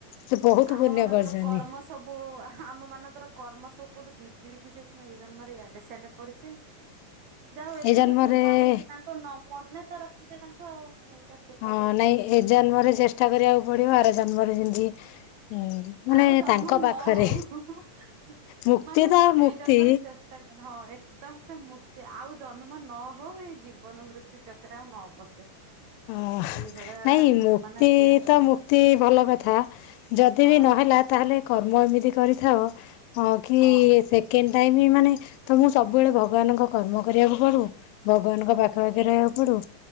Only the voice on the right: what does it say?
ଆମ
ମାନଙ୍କର
କର୍ମ ସବୁ ଆମ ମାନଙ୍କର କର୍ମ ସବୁ କୋଉଠୁ ବିଗିଡିଛି ସେଥିପାଇଁ ଏଇ ଜନ୍ମ ୟାଡେ ସଆଡେ ପଡିଛି। ଯାହା ଏତିକି
କୃପା ହେଇଛି ତାଙ୍କ ମନେ ତ ରଖିଛେ ତାଙ୍କୁ ଆଉ। ଖ କୃପା
କର
ଆଉ ଜନ୍ମ
ନ
ହଉ
ମାନେ
ମୁଁ
ଏଇ ଜନ୍ମରେ ଚେଷ୍ଟା କ ହଁ ଏକଦମ ସେ ମୁକ୍ତି। ଆଉ ଜନ୍ମ ନ ହଉ ଏଇ ଜୀବନ ମୃତ୍ୟୁ ଚକରେ ଆଉ ନ ପଶେ।
ଏଇଭଳିଆ
ମାନେ ଦିଅନ୍ତୁ
ହଁ
ହଁ।